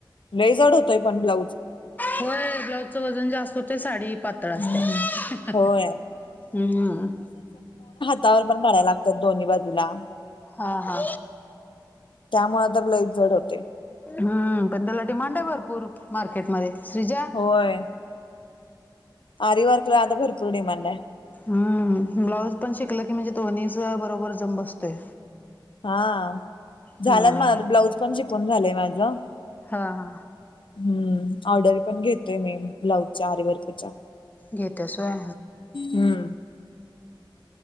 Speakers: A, on the left; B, on the left.
A: लई जड होतोय पण ब्लाऊज
B: होय ब्लाऊजचं वजन जास्त होते साडी पातळ
A: हम्म
B: असतेय हंम्म.
A: होय त्यावर पण कराय लागत्यात दोन्ही बाजूला.
B: हा हा.
A: त्यामुळे तर लईच जड होतय.
B: हम् पण त्याला डिमांड आहे भरपूर मार्केटमध्ये सृजा.
A: होय. आरीवर्कला आत्ता भरपूर डिमांड आहे.
B: हां.. ब्लाउज पण शिकल की, म्हणजे दोन्हीचा बरोबर जम बसतोय.
A: हा.. झाल्यात
B: हा
A: माझं, ब्लाऊज पण शिकून झालंय माझं.
B: हा हा.
A: हं ऑर्डर पण घेतोय मी ब्लाउजचा आरीवर्कचा.
B: घेत्यास होय.
A: हम.